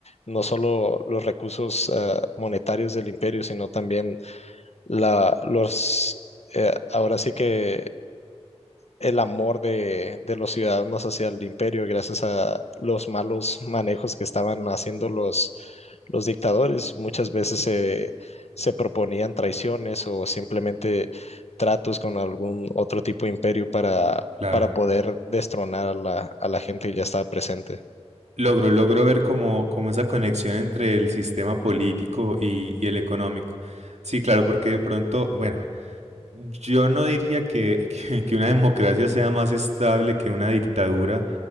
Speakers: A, on the left (about 70°); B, on the right (about 75°).
A: no solo los recursos ah, monetarios del imperio, sino también la, los, eh, ahora sí que el amor de, de los ciudadanos hacia el imperio gracias a los malos manejos que estaban haciendo los, los dictadores. Muchas veces se, se proponían traiciones o simplemente tratos con algún otro tipo de imperio para,
B: claro.
A: para poder destronar a la, a la gente que ya estaba presente.
B: Logro, logro ver como, como esa conexión entre el sistema político y, y el económico. Sí, claro, porque de pronto, bueno, yo no diría que, <laughs> que, que una democracia sea más estable que una dictadura,